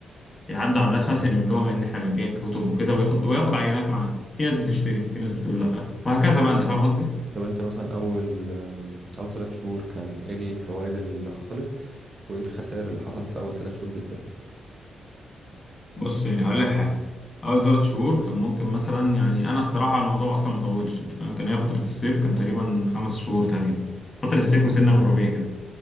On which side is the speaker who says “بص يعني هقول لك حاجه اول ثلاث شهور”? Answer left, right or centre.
Left